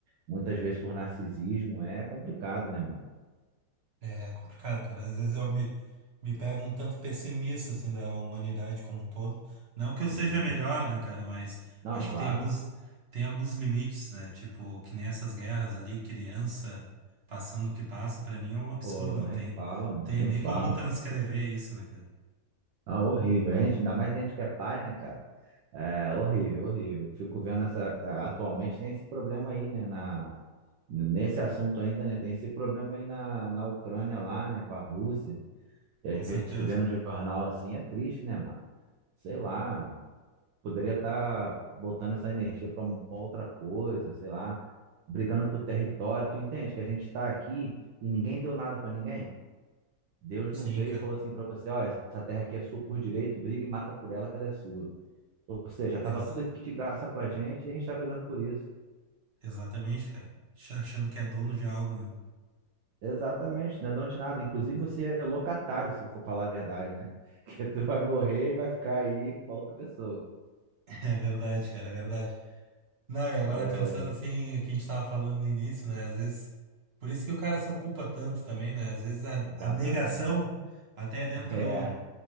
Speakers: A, on the right; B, on the right.
A: muitas vezes por narcisismo, é complicado, né, mano?
B: É complicado, cara. Às vezes eu me, me pego um tanto pessimista, assim, da humanidade como um todo. Não que
A: Sim.
B: eu seja melhor, né, cara? Mas
A: Não,
B: acho
A: claro.
B: que tem alguns, tem alguns limites, né? Tipo, que nem essas guerras ali, criança passando o que passa, pra mim é um absurdo.
A: Pô,
B: Não
A: nem
B: tem,
A: fala, mano,
B: tem
A: nem
B: nem
A: fala.
B: como transcrever isso, né, cara?
A: Ah, horrível. A gente, ainda mais que a gente que é pai, né, cara? É horrível, horrível. Fico vendo essa. é, Atualmente tem esse problema aí, né? Na, nesse assunto ainda, né? Tem esse problema aí na, na Ucrânia lá, né? Com a Rússia. E às
B: Com certeza.
A: vezes tu vê no jornal assim, é triste, né, mano? Sei lá. Poderia estar botando essa energia para uma outra coisa, sei lá. Brigando por território. Tu entende que a gente tá aqui e ninguém deu nada para ninguém? Deus
B: Sim,
A: não veio
B: cara.
A: e falou assim para você: ó, essa terra aqui é sua por direito, briga e mata por ela que ela é sua. Ou seja, estava
B: Exato.
A: tudo aqui de graça pra gente e a gente está brigando por isso.
B: Exatamente, cara. Ch- Achando que é dono de algo, né?
A: Exatamente, não é dono de nada. Inclusive, você é locatário, se for falar a verdade, né? <laughs> que tu vai morrer e vai ficar aí pra outra pessoa.
B: <laughs> É verdade, cara, é verdade. Não, e agora
A: É,
B: pensando assim, o que a gente tava falando no início, né? Às vezes, por isso que o cara se ocupa tanto também, né? Às vezes a,
A: exatamente.
B: a negação,
A: <laughs>
B: até dentro
A: É,